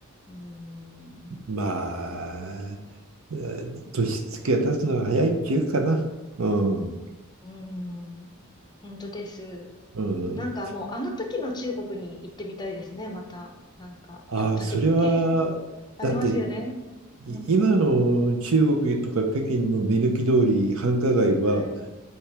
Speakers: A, on the left; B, on the right.
A: うん。
B: まあ、えー年月が経つのが早いっていうかな。うん。
A: うん。本当です。
B: うん。
A: なんかもう、あの時の中国に行ってみたいですね、また。なんか、
B: ああ、
A: やっぱり
B: それは、
A: <laughs> ありますよね。
B: だって、い今の中国とか北京の目抜き通り、
A: うん。
B: 繁華街は、
A: はい。